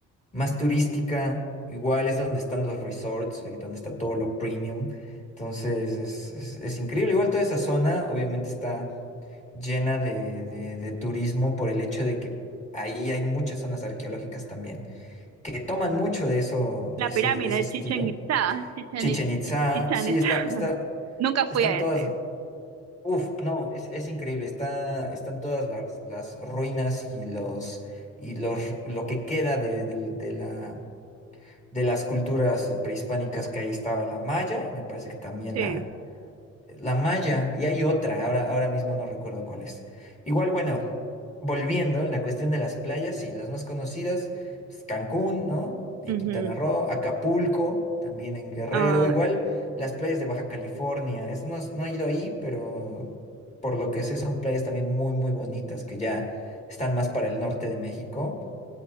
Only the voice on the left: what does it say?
más turística. Igual es donde están los resorts y donde está todo lo premium. Entonces, es, es- es increíble. Igual toda esa zona, obviamente, está llena de, de de turismo por el hecho de que ahí hay muchas zonas arqueológicas también. que toman mucho de eso, de
ese,
de ese
estilo.
Chichen
Itza,
sí,
está,
está,
están
todas,
uf, no, es, es increíble, está, están todas las, las ruinas y los, y los, lo que queda de, del- de la, de las culturas prehispánicas que ahí estaba la maya, y me parece que también
la, la Maya, y hay otra, ahora, ahora mismo no recuerdo cuál es. Igual, bueno, volviendo, la cuestión de las playas, sí, las más conocidas, pues, Cancún, ¿no? En
Quintana Roo, Acapulco, también en Guerrero,
igual las playas de Baja California, es, no, no he ido ahí, pero por lo que sé son playas también muy, muy bonitas, que ya están más para el norte de México.